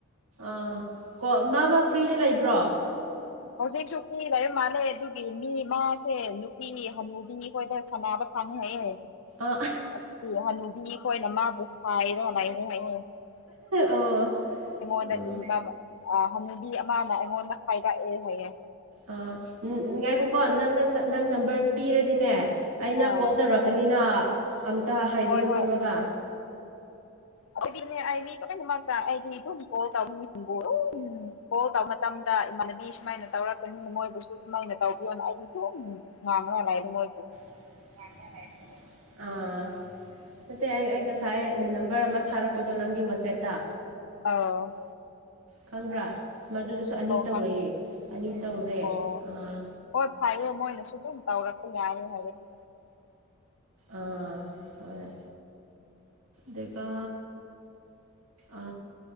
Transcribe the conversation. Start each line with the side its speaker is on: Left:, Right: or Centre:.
Right: ꯑꯥ ꯀꯣ ꯃꯥ ꯃꯥ ꯐ꯭ꯔꯤꯗ ꯂꯩꯕ꯭ꯔꯣ
Left: ꯍꯧꯖꯤꯛꯁꯨꯨ ꯐꯔꯤ ꯂꯩꯕꯥ ꯃꯥꯜꯂꯦ ꯑꯗꯨꯒꯤ ꯃꯤ ꯃꯥꯥꯁꯦ ꯅꯨꯞ ꯄꯤꯅꯤ ꯍꯅꯨꯕꯤꯅꯤ ꯈꯣꯏꯇꯥ ꯊꯝꯃꯛꯑꯕꯥ ꯐꯪꯅꯤ ꯍꯥꯏꯌꯦ
Right: ꯑꯥ
Left: ꯑꯁꯤ ꯍꯅꯨ ꯃꯤꯈꯣꯏꯅ ꯃꯥꯕꯨ ꯄꯥꯏꯔꯣ ꯂꯩꯔꯣ ꯍꯥꯏ ꯑꯩꯉꯣꯟꯗ
Right: ꯑꯣ ꯑꯣ
Left: ꯂꯨ ꯄꯥꯝꯕꯔꯥ ꯑ ꯍꯅꯨꯕꯤ ꯑꯃꯅ ꯑꯩꯉꯣꯟꯗ ꯍꯥꯏꯔꯛꯑꯦ ꯍꯥꯏꯌꯦ
Right: ꯑꯥ ꯉꯥꯏꯈꯣꯀꯣ ꯅꯪ ꯅꯪ ꯅꯪ ꯅꯝꯕꯔ ꯄꯤꯔꯗꯤꯅꯦ ꯑꯩꯅ
Left: ꯑꯥ
Right: ꯀꯣꯜ ꯇꯧꯔꯛꯀꯅꯤꯅ ꯑꯃ ꯇ ꯍꯥꯏꯕꯤꯌꯣ
Left: ꯍꯣꯏ
Right: ꯈꯪꯉꯕꯥ
Left: ꯍꯣꯏ ꯑꯗꯨꯒꯤꯅꯦ ꯑꯩ ꯃꯤ ꯂꯣꯏꯟꯃꯛꯇ ꯑꯩꯗꯤ ꯑꯗꯨꯝ ꯀꯣꯜ ꯇꯧꯅꯤꯡꯁꯤꯕꯨ ꯀꯣꯜ ꯇꯧꯕ ꯃꯇꯝꯗ ꯏꯃꯥꯟꯅꯕꯤ ꯑꯩ ꯁꯨꯃꯥꯏꯅ ꯇꯧꯔꯛꯄꯅꯤ ꯃꯣꯏꯕꯨꯁꯨ ꯁꯨꯃꯥꯏꯅ ꯇꯧꯕꯤꯌꯣꯅ ꯑꯩꯗꯤ ꯁꯨꯝ ꯉꯥꯡꯉꯥ ꯂꯩꯗ ꯃꯣꯏꯕꯨ
Right: <inaudible> ꯑꯥ ꯅꯠꯇꯦ ꯑꯩ ꯑꯩ ꯉꯁꯥꯏ ꯅꯝꯕꯔ ꯑꯃ ꯊꯥꯔꯛꯄꯗꯣ ꯅꯪꯒꯤ ꯋꯥꯆꯦꯞꯇ
Left: ꯑꯎ
Right: ꯈꯪꯕ꯭ꯔꯥ ꯃꯗꯨꯗꯁꯨ ꯑꯅꯤ ꯇꯧꯔꯣꯏꯌꯦ
Left: ꯈꯪꯉꯦ
Right: ꯑꯅꯤ ꯇꯧꯔꯦ
Left: ꯑꯣ
Right: ꯑꯥ
Left: ꯍꯣꯏ ꯐꯩꯌꯦ ꯃꯣꯏꯅꯁꯨ ꯑꯗꯨꯝ ꯇꯧꯔꯛꯄ ꯌꯥꯔꯦ ꯍꯥꯏꯔꯗꯤ
Right: ꯑꯥ ꯍꯣꯏ ꯗꯩꯒꯥ ꯑ